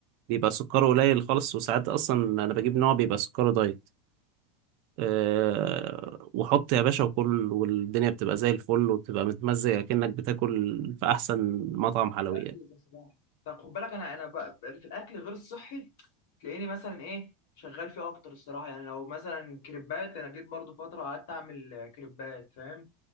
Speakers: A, on the right; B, on the left.
A: بيبقى سكره قليل خالص وساعات اصلا انا بجيب نوع بيبقى سكره دايت آه، وحط يا باشا وكل والدنيا بتبقى زي الفل وبتبقى متمزج أكنك بتاكل في أحسن مطعم حلويات
B: ده اكل بصراحه طب خد بالك انا انا بقى بقى في الاكل غير الصحي تلاقيني مثلا ايه شغال فيه اكتر الصراحه يعني لو مثلا كريبات انا جيت برضو فتره قعدت اعمل كريبات فاهم